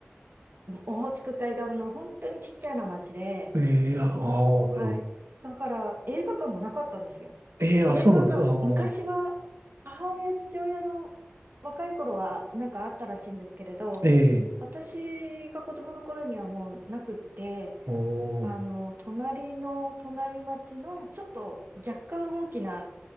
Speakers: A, on the right; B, on the right.
A: オホーツク海側の本当にちっちゃな町で、
B: ええ、ああー、なるほど。
A: はい。だから、映画館もなかったんですよ。
B: ええ、
A: 映画館、
B: あ、そうなんです。ああ、
A: 昔は、母親、父親の若い頃は、なんかあったらしいんですけれど、
B: ええ、
A: 私が子供の頃にはもうなくって、
B: おー、
A: あの、隣の隣町の、ちょっと若干大きな